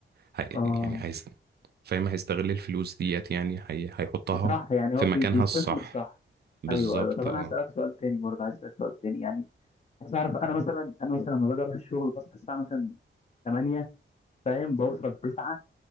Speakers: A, on the right; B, on the left.
A: هي...
B: اه
A: يعني هيست... فاهم هيستغل الفلوس ديت يعني هي... هيحطها
B: صح يعني
A: في
B: هو
A: مكانها
B: بي... بيستثمر
A: الصح
B: صح
A: بالظبط
B: ايوه ايوه طب انا
A: اه
B: عايز اسالك سؤال تاني برضه عايز اسالك سؤال تاني يعني بس عارف انا مثلا انا مثلا لما باجي اروح الشغل بصحى الساعه مثلا 8 فاهم بوصل 9